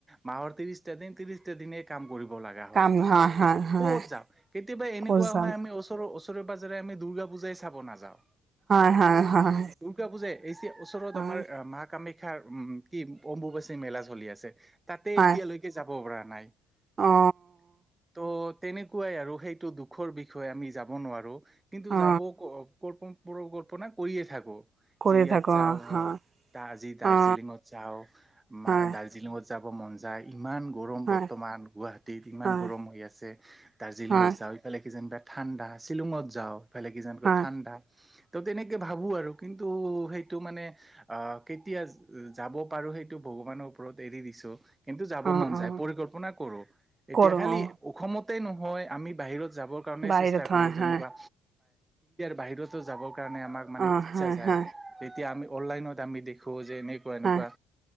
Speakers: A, on the right; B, on the right.
A: মাহৰ ত্ৰিশটা দিন ত্ৰিশটা দিনে কাম কৰিব। হয়
B: কাম হয় হয়
A: কত যাও কেতিয়াবা এনেকুৱা
B: ক'ত যাম
A: হয় আমি ওচৰৰ ও, ওচৰে পজৰে আমি দুৰ্গা পূজাই চাব নাযাওঁ।
B: হয় হয় হয়
A: দুৰ্গা পূজা এই যে ওচৰত
B: হয়
A: আমাৰ মা কামাখ্যা, াৰ উম কি অম্বুবাচী মেলা চলি আছে তাতে
B: হয়
A: এতিয়ালৈকে যাব পৰা নাই। ত'
B: অ
A: তেনেকুৱাই আৰু সেইটো দুখৰ বিষয়ে আমি যাব নোৱাৰো। কিন্তু
B: অ
A: যাব ক্প কল্পনা কৰিয়ে থাকো।
B: কৰি
A: যি ইয়াত
B: থাকো
A: চাও
B: অ হয়
A: তাৰ যি দাৰ্জিলিঙত
B: অ
A: চাও ম
B: হয়
A: দাৰ্জিলিঙত, যাব মন যায়। ইমান গৰম
B: হয়
A: বৰ্তমান গুৱাহাটীত ইমান
B: হয়
A: গৰম হৈ আছে দাৰ্জিলিঙত
B: হয়
A: যাওঁ ইফালে কি যেনিবা, ঠাণ্ডা শ্বিলঙত যাওঁ বেলেগ কিজানকো
B: হয়
A: ঠাণ্ডা। ত' তেনেকে ভাবো আৰু কিন্তু সেইটো মানে আহ কেতিয়া যাব পাৰো। সেইটো ভগৱানৰ ওপৰত এৰি দিছো, কিন্তু যাব
B: অ
A: মন যায়
B: অ
A: পৰিকল্পনা কৰো এতিয়া
B: কৰো
A: খালি
B: অ
A: অসমতে নহয় আমি বাহিৰত, কাৰ চো
B: বাহিৰত
A: কৰোুৱা
B: হয় হয়
A: বাহ য, ণে আমাক মানে
B: অ
A: ইচ্ছা
B: হয়
A: য
B: হয়
A: যেতিয়া আমি অনলাইনত আমি দেখ, যে এনেকুৱা এনেকুৱা
B: হয়